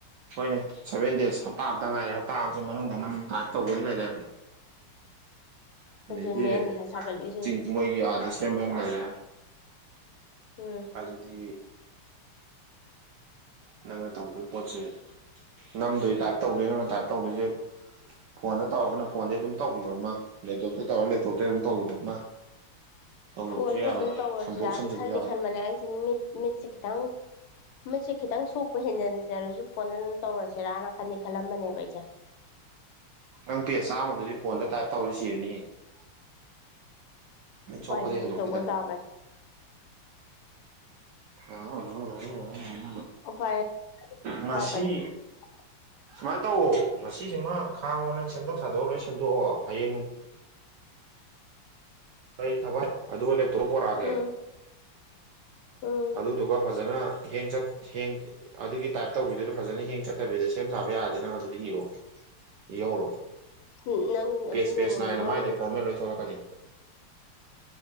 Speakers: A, on the right; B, on the left.
A: ꯍꯣꯏꯅꯦ ꯁꯦꯚꯦꯟ ꯗꯦꯖ ꯍꯞꯇꯥ ꯑꯇ ꯉꯥꯏꯔꯦ ꯍꯞꯇꯥꯁꯤ ꯃꯅꯨꯡꯗ ꯅꯪ ꯇꯥꯏꯞ ꯇꯧꯕ ꯑꯃ ꯂꯩꯔꯦ ꯑꯗꯩꯗꯤ
B: ꯑꯗꯨꯅꯦ ꯑꯩ ꯃꯊꯥ ꯁꯥꯒꯠꯂꯤꯁꯦ ꯍꯧꯖꯤꯛ
A: ꯆꯤꯡ ꯃꯣꯏꯒꯤ ꯑꯥꯗꯁꯨ ꯁꯦꯝꯕꯃꯔꯦ
B: ꯎꯝ
A: ꯑꯗꯨꯗꯤ ꯅꯪꯅ ꯇꯧꯗꯣꯏ ꯄꯣꯠꯁꯦ ꯅꯝꯗꯣꯏ ꯇꯥꯏꯞ ꯇꯧꯗꯣꯏ ꯅꯪꯅ ꯇꯥꯏꯞ ꯇꯧꯗꯣꯏꯁꯦ ꯐꯣꯟꯗ ꯇꯧꯔꯒꯅ ꯐꯣꯟꯗ ꯑꯗꯨꯝ ꯇꯧꯈꯤꯕ ꯑꯃ ꯂꯦꯞꯇꯣꯞꯇ ꯇꯧꯔꯒ ꯂꯦꯞꯇꯣꯞꯇ ꯑꯗꯨꯝ ꯇꯧꯈꯤꯕ ꯑꯃ ꯇꯧꯗꯕꯁꯨ
B: ꯐꯣꯟꯝꯗ
A: ꯌꯥꯔꯣꯏ
B: ꯑꯗꯨꯝ ꯇꯧꯔꯁꯤꯔꯗꯤ
A: ꯁꯝꯗꯣꯛ ꯁꯝꯖꯤꯟꯁꯨ
B: ꯈꯟꯗꯤꯦ
A: ꯌꯥꯔꯣꯏ
B: ꯈꯟꯕꯅꯦ ꯑꯩꯁꯦ ꯃꯤꯠ ꯃꯤꯠꯁ ꯠꯇ ꯃꯤꯠꯁꯦ ꯈꯤꯇꯪ ꯁꯣꯛꯄ ꯍꯦꯟꯖꯤꯟꯖꯔꯁꯨ ꯐꯣꯟꯗ ꯑꯗꯨꯝ ꯇꯧꯔꯁꯤꯦꯔꯥꯅ ꯈꯟꯅꯤ ꯈꯜꯂꯝꯕꯅꯦꯕ ꯑꯩꯁꯦ <unintelligible>
A: ꯅꯪ ꯄꯦ ꯆꯥꯝꯃꯗꯗꯤ ꯐꯣꯟꯗ ꯇꯥꯏꯞ ꯇꯧꯔꯤꯁꯤꯅꯤ ꯃ
B: ꯎꯄꯥꯏ
A: ꯆꯧꯄꯗ
B: ꯂꯩꯇꯦ
A: ꯍꯦꯟꯗꯣꯈꯤꯗꯅ
B: ꯇꯧꯕ ꯇꯥꯕꯅꯦ
A: <unintelligible>
B: <unintelligible>
A: ꯉꯁꯤ ꯁꯨꯃꯥꯏꯅ ꯇꯧꯋ ꯉꯁꯤꯁꯤꯃ ꯈꯥꯡꯉꯣ ꯅꯪ ꯁꯦꯝꯗꯣꯛ ꯁꯥꯗꯣꯛ ꯂꯣꯏ ꯁꯦꯝꯗꯣꯛꯑꯣ ꯍꯌꯦꯡ ꯑꯩ ꯊꯕꯛ ꯑꯗꯨꯒ ꯂꯦꯞꯇꯣꯞ ꯄꯣꯔꯛꯑꯒꯦ
B: ꯎꯝ ꯎꯝ
A: ꯑꯗꯨꯗꯨꯒ ꯐꯖꯅ ꯍꯦꯡ ꯆ ꯍꯦꯡ ꯑꯗꯨꯒꯤ ꯇꯥꯏꯞ ꯇꯧꯕꯤꯗꯨꯅ ꯐꯖꯅ ꯍꯦꯡ ꯆꯠꯇꯕꯤꯗ ꯁꯦꯝ ꯁꯥꯕ ꯌꯥꯗꯦ ꯅꯪ ꯑꯗꯨꯗꯤ ꯏꯔꯣꯑꯣ ꯌꯎꯔꯣ
B: ꯎꯝ ꯅꯪꯒꯤ ꯑꯗꯨ
A: ꯄꯦꯁ
B: ꯅꯣꯡꯃꯗꯨꯃ
A: ꯄꯦꯁ ꯅꯥꯏꯅ
B: ꯑꯃꯨꯛ
A: ꯃꯥꯏꯗ ꯐꯣꯔꯃꯦꯠ ꯂꯣꯏꯊꯣꯛꯂꯛꯀꯅꯤ